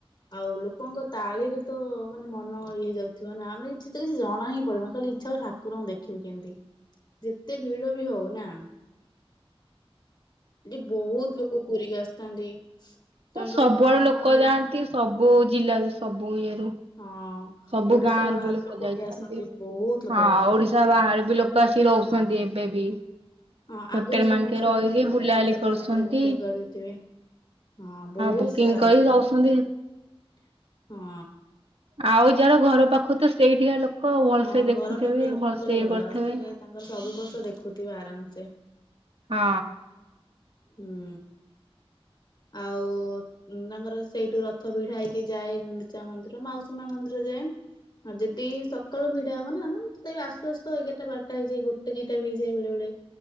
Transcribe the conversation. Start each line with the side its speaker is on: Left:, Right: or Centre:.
Left: ଆଉ ଲ ଲୋକଙ୍କ ତାଳିରେ ତ ମାନେ ମନ ଇଏ ଯାଉଥିବ ନା ଆମେ କିଛି ତ କିଛି ଜଣା ହିଁ ପଡିବନି ଖାଲି ଇଛା ହୁଏ ଠାକୁରଙ୍କୁ ଦେଖିବୁ କେମତି। ଯେତେ ଭିଡ ବି ହଉ ନା। ଏଠି ବହୁତ ଲୋକ ପୁରିକି ଆସିଥାନ୍ତି। ତାଙ୍କ
Right: ହଁ ସବୁଆଡୁ ଲୋକ
Left: ମନ୍ଦିର
Right: ଯାଆନ୍ତି ସବୁ ଜିଲ୍ଲାରୁ ସବୁ ଇଏ ରୁ
Left: ହଁ।
Right: ସବୁ
Left: ଓଡିଶା
Right: ଗାଁ
Left: ବାହାରୁ
Right: ରୁ ବି ଲୋକ ଯାଇଥାନ୍ତି
Left: ଆସନ୍ତି ବହୁତ ଲୋକ
Right: ହଁ ଓଡିଶା ବାହାରେ ବି ଲୋକ ଆସି ରହୁଛନ୍ତି
Left: ହଁ।
Right: ଏବେ ବି
Left: ହଁ
Right: ହୋଟେଲ
Left: ଆଗରୁ ସେମାନେ
Right: ମାନଙ୍କେ
Left: ସବୁ
Right: ରହିକି
Left: ତାଙ୍କର
Right: ବୁଲାବୁଲି
Left: ହୋଟେଲ
Right: କରୁଛନ୍ତି।
Left: ମାନଙ୍କରେ ବୁକିଂ କରିଦେଇଥିବେ। ହଁ ବହୁତ
Right: ବୁକିଂ
Left: ସାରା
Right: କରି
Left: ଲୋକ
Right: ରହୁଛନ୍ତି।
Left: ହଁ।
Right: ଆଉ ଯାହାର ଘର ପାଖରୁ ତ ସେଇଠିକା ଲୋକ ଭଲସେ
Left: ହଁ
Right: ଦେଖୁଥିବେ
Left: ଘର ପାଖ ଲୋକଙ୍କର
Right: ଭଲସେ
Left: ଭଲ
Right: ଇଏ କରିଥିବେ।
Left: ସେ ତାଙ୍କର ସବୁ ବର୍ଷ ଦେଖୁଥିବେ ଆରାମସେ
Right: ହଁ।
Left: ହୁଁ ଆଉ ଉ ତାଙ୍କର ସେଇଠୁ ରଥ ଭିଡା ହେଇକି ଯାଏ ଗୁଣ୍ଡିଚା ମନ୍ଦିର ମାଉସୀମା ମନ୍ଦିର ଯାଏ। ହଁ ଯଦି ସକାଳୁ ଭିଡା ହବ ନା ଆନାମ୍। ତଥାପି ଆସୁ ଆସୁ ଏଗାରଟା ବାର୍ଟା ହେଇଯଏ ଗୋଟେ ଦିଟା ବି ହେଇଯଏ ବେଳେ ବେଳେ